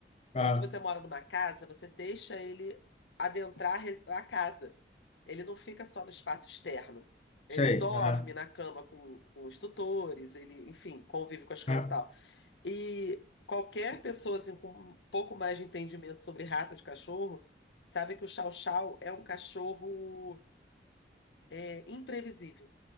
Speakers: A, on the left; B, on the left.
A: Ah,
B: que se você mora numa casa, você deixa ele adentrar a re- a casa. Ele não fica só no espaço externo. Ele
A: sei.
B: dorme
A: Ah,
B: na cama com, com os tutores, ele, enfim, convive com as crianças
A: ah.
B: e tal. E qualquer pessoa assim, com um pouco mais de entendimento sobre raça de cachorro, sabe que o Chow Chow é um cachorro é, imprevisível.